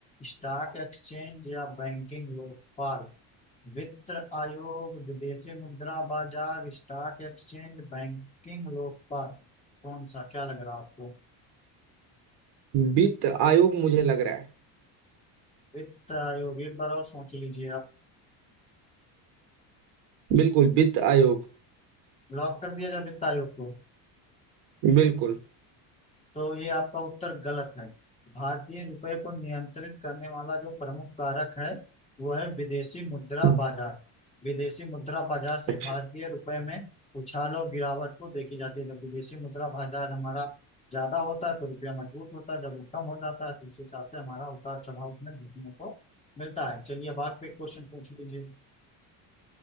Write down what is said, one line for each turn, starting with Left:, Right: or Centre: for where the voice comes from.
Left: स्टॉक एक्सचेंज या बैंकिंग व्यापार वित्त आयोग विदेशी मुद्रा बाजार स्टॉक एक्सचेंज बैंकिंग व्यापार कौन सा क्या लग रहा है आपको
Right: वित्त आयोग मुझे लग रहा है
Left: वित्त आयोग एक बार और सोच लीजिए आप
Right: बिल्कुल वित्त आयोग
Left: लॉक कर दिया जाए वित्त आयोग को
Right: बिल्कुल
Left: तो ये आपका उत्तर गलत है भारतीय रुपए को नियंत्रित करने वाला जो प्रमुख कारक है वो है विदेशी मुद्रा
Right: हम्म,
Left: बाजार विदेशी मुद्रा बाजार से
Right: अच्छा
Left: भारतीय रुपए में उछाल और गिरावट को देखी जाती है जब विदेशी मुद्रा बाजार हमारा ज्यादा होता है तो रुपया मजबूत होता है जब वो कम हो जाता है तो उस हिसाब से हमारा उतार चढ़ाव उसमें देखने को मिलता है चलिए अब आप एक क्वेश्चन पूछ लीजिए